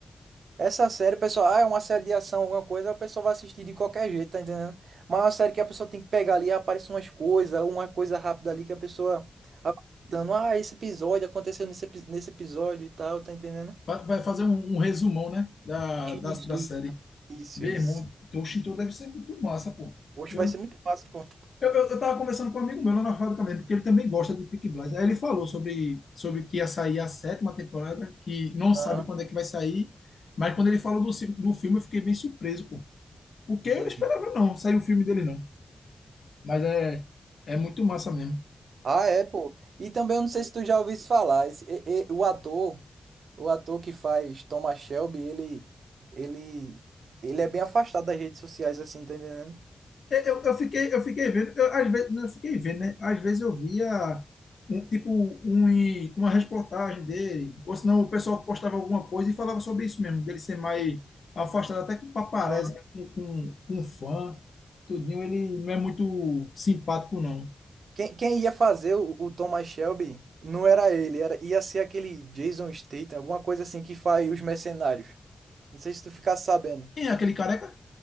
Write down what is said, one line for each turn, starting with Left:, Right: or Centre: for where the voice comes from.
Right: Essa série, o pessoal, ah, é uma série de ação, alguma coisa, o pessoal vai assistir de qualquer jeito, tá entendendo? Mas é uma série que a pessoa tem que pegar ali, aparece umas coisas, uma coisa rápida ali que a pessoa vai dando, ah, esse episódio aconteceu nesse, epi- nesse episódio e tal, tá entendendo?
Left: Vai vai fazer um, um resumão, né? Da,
Right: Isso,
Left: da, da série.
Right: isso. Isso,
Left: Meu
Right: isso.
Left: irmão, o Shinto deve ser muito massa, pô.
Right: Hoje
Left: Eu,
Right: vai ser muito fácil, pô.
Left: eu, eu eu tava conversando com um amigo meu lá na fábrica mesmo, porque ele também gosta de Peaky Blinders. Aí ele falou sobre, sobre que ia sair a sétima temporada, que não sabe
Right: Aham,
Left: quando é que vai sair, mas quando ele falou do, ci- do filme eu fiquei bem surpreso, pô. Porque
Right: entendi.
Left: eu não esperava não, sair o filme dele não. Mas é, é muito massa mesmo.
Right: Ah, é, pô. E também eu não sei se tu já ouviu isso falar. Esse, e- e- o ator, o ator que faz Thomas Shelby, ele, ele, ele é bem afastado das redes sociais, assim, tá entendendo?
Left: Eu, eu, eu fiquei, eu fiquei vendo, eu, às vezes, não, eu fiquei vendo, né? Às vezes eu via um tipo um, e- uma reportagem dele, ou senão o pessoal postava alguma coisa e falava sobre isso mesmo, dele ser mais afastado até com paparazzi,
Right: Aham.
Left: né? com, com, com fã, tudinho, ele não é muito simpático, não.
Right: Quem, quem ia fazer o, o Thomas Shelby não era ele, era, ia ser aquele Jason Statham, alguma coisa assim que faz os mercenários. Não sei se tu ficasse sabendo.
Left: Quem é aquele careca?